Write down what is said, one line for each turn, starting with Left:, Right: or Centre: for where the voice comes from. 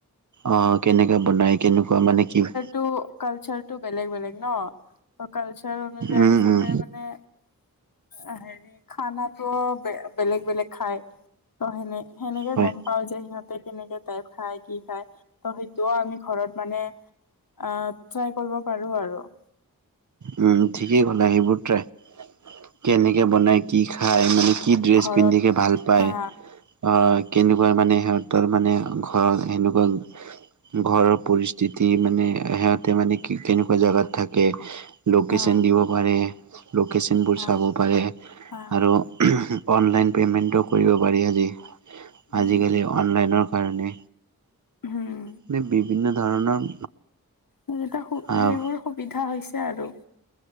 Right: অ', কেনেকে বনাই, কেনেকোৱা মানে কি হয়।
Left: টো কালচাৰ টো বেলেগ বেলেগ ন, ত' কালচাৰৰ অনুযায়ী
Right: উম
Left: চবে
Right: উম
Left: মানে অ', হেৰি খানাতোও বে-বেলেগ বেলেগ খাই। ত' সেন-সেনেকে
Right: হয়
Left: গম পাওঁ‌ যে সিহঁতে কেনেকে টাইপ খায়। কি খাই ত' সেইটোও আমি ঘৰত মানে অ', ট্ৰাই কৰিব পাৰোঁ‌ আৰু। অ'।
Right: উম, ঠিকেই ক'লা, সেইবোৰ ট্ৰাই কেনেকে
Left: উম
Right: বনাই, কি খাই মানে কি ড্ৰেছ
Left: ঘৰত
Right: পিন্ধিকে ভাল পায়।
Left: হা
Right: অ', কেনেকোৱা মানে সিহঁতৰ মানে ঘৰ সেনেকোৱা ঘৰৰ পৰি যিতি মানে সিহঁতে মানে কি কেনেকোৱা জেগাত থাকে, লোকেশ্যন
Left: হা
Right: দিব পাৰে। লোকেশ্যনবোৰ
Left: হা
Right: চাব পাৰে,
Left: হা
Right: আৰু
Left: হা
Right: উম, অনলাইন পেমেণ্টটো কৰিব পাৰি, আজি-আজিকালি
Left: উম
Right: অনলাইনৰ কাৰণে।
Left: উম
Right: মানে বিভিন্ন ধৰণৰ
Left: সেইকেইটা,
Right: আহ
Left: সেইবোৰ সুবিধা হৈছে আৰু।